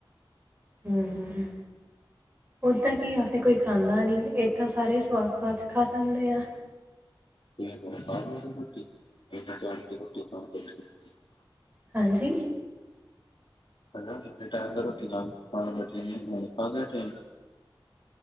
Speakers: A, on the right; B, on the left.
A: ਹੂੰ। ਔਦਾਂ ਘੀਆ ਫਿਰ ਕੋਈ ਖਾਂਦਾ ਨਈ। ਏ ਤਾਂ ਸਾਰੇ ਸਵਾਦ-ਸਵਾਦ 'ਚ ਖਾ ਲੈਂਦੇ ਐ
B: <inaudible>
A: ਹਾਂਜੀ।
B: <unintelligible> ਐ ਟੈਮ ਤੇ ਰੋਟੀ ਖਾਉਣ <unintelligible> ਬਜੇ ਹੁਣ ਕਾਦਾ ਟਾਈਮ